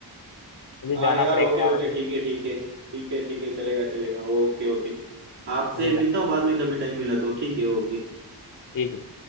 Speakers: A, on the left; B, on the right.
A: मुझे
B: हाँ
A: जाना
B: यार
A: पड़ेगा
B: ओके
A: यार
B: ओके
A: अभी
B: ठीक है ठीक है ठीक है ठीक है चलेगा चलेगा ओके ओके आपसे
A: मुझे जाना-
B: मिलता हूँ बाद में कभी टाइम मिला तो ठीक है ओके
A: ठीक है